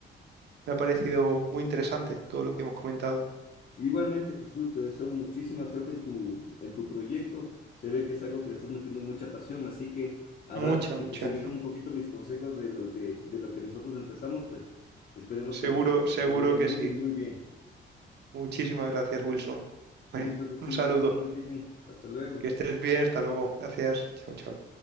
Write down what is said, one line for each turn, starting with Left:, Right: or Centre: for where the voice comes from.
Right: me ha parecido muy interesante todo lo que hemos comentado.
Left: Igualmente, Jesús, te deseo muchísima suerte en tu, en tu proyecto. Se ve que es algo que le estás metiendo mucha pasión, así que a
Right: Mucha,
Left: dar, si
Right: mucha.
Left: te sirvieron un poquito mis consejos de lo, de, de lo que nosotros empezamos, pues esperemos
Right: Seguro,
Left: que la,
Right: seguro
Left: te vaya
Right: que
Left: muy,
Right: sí.
Left: muy bien.
Right: Muchísimas gracias, Wilson.
Left: Listo,
Right: Bueno,
Left: Jesús,
Right: un saludo.
Left: que estés muy bien. Hasta luego.
Right: Que estés bien, hasta luego. Gracias. Chao, chao.